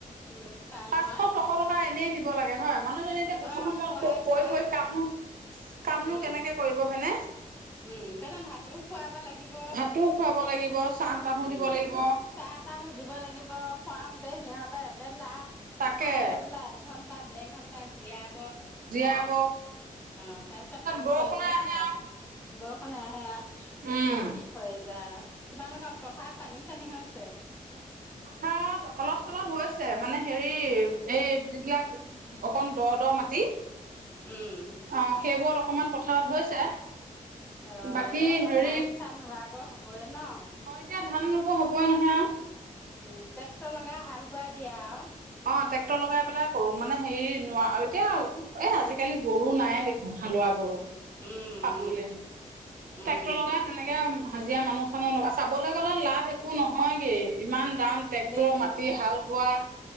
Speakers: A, on the left; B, on the right.
A: লোকচান
B: পাঁচশ,
A: হয়
B: ছশ টকা এনেই দিব লাগে হয় মানুহজনী এতিয়া বৰষুণত
A: অ খোৱাই
B: কৈ
A: বোৱাই
B: কৈ কামনো কামনো
A: উম
B: কেনেকে কৰিব হয়নে
A: উম পিনে ভাতো খুৱাব লাগিব
B: ভাতো খুৱাব লাগিব চাহ তাহো
A: উম
B: দিব লাগিব
A: চাহ তাহোু দিব লাগিব খুৱাওতে সিহঁত এবেলা
B: তাকে
A: খাই জাবলে এঘন্টাত দেৰ ঘণ্টা জীয়াত
B: জীয়াব
A: অ তাৰপিছত কাম
B: বৰষুণে
A: কৰিব
B: আহে
A: সেয়া
B: আৰু
A: বৰষুণে আহে আৰু
B: উম
A: কি কৰিবা তোমালোকৰ পথাৰত পানী চানী হৈছে
B: পথাত অলপ চলপ হৈছে মানে সে হেৰি এই যিবিলাক অকন দ দ মাটি অ
A: উম
B: সেইবোৰত অকমান পথাৰত হৈছে
A: অ
B: বাকী
A: এতিয়া আকৌ
B: হেৰিত
A: ধান চান ৰোৱাব হবয়ে ন
B: অ এতিয়া ধান ৰুব হবই নহয়
A: উম ট্ৰেক্টৰ লগাই হাল বোৱাই দিয়ে আও
B: অ ট্ৰেক্টৰ লগাই পেলাই কৰো মানে হেৰি নোৱাৰ এতিয়া এ আজিকালি গৰু নাই দেখোন হালোৱা গৰু
A: উম
B: পাবলৈ
A: উম উম
B: ট্ৰেক্টৰ লগাই তেনেকে হাজিৰা মানুহ চানুহ চাবলৈ গলে লাভ একো নহয়গেই ইমান টান ট্ৰেক্টৰৰ
A: হলেও
B: মাটি হাল বোৱা